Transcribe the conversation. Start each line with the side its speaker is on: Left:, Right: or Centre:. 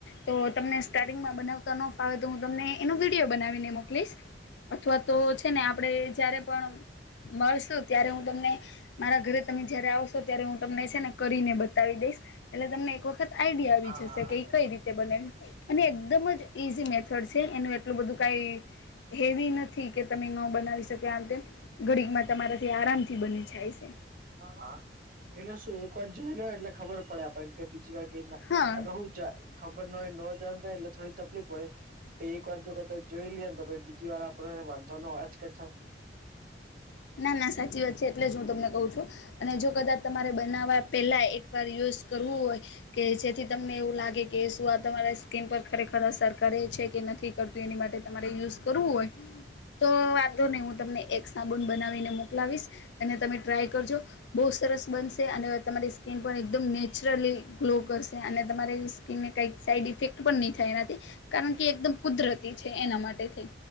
Left: તો તમને સ્ટાર્ટિંગમાં બનાવતા ન ફાવે તો હું તમને એનો વિડીિયો બનાવીને મોકલીશ અથવા તો છેને. આપણેે જયારે પણ મળશું ત્યારે હું તમને મારા ઘરે તમે જયારે આવશો ત્યારે હું તમને છેને, કરીને બતાવી દઈશ એટલે તમને એક વખત આઈડિયા આવી
Right: હા
Left: જશે કે કઈ રીતે બનેલ અને એકદમ જ ઈઝી મેથડ છે એનું એટલું બધું કાંઈ હેવી નથી. થી કે તમે ન બનાવી શકો આ ઘડીમાં. તમારાથી આરામથી બને જાય છે.
Right: હાા, એટલે શું એક વાર જોઈ લો એટલે ખબર પડે આપણ કે બીજી વાર કે
Left: હા
Right: હુ ખબર ન હોય ન જ થાય એટલે થોડી તકલીફ પડે એક વાર જો કદાચ જોઈ લઈએ તો બીજી વાર આપડોને વાંધો ન આજ કચ
Left: ના ના સાચી વાત છે, એટલે જ હું તમને કહું છુ. અને જો કદાચ તમારે બનાવવા પેલા એક વાર યુઝ કરવું હોય. કે જેથી તમને એવું લાગે કે શું આ તમારા સ્કીિન પર ખરેખર અસર કરે છે, કે નથી એની માટેરે યુવું હોય, તો વાંધો નહી હું તમને એક બન બનાવીને મોકલાવીશ અને તમે ટ્રાય કરજો બહુ સરસ બનશે અને તમારી સ્કીિન પણ એકદમ નેચરલી ગ્લો કરશે અને તમારી ને કઈક સાઈડ ઇફેક્ટ પણ નહી થાય એનાથી કારણ કે એકદમ કુદરતી છે, એના માટે થઈ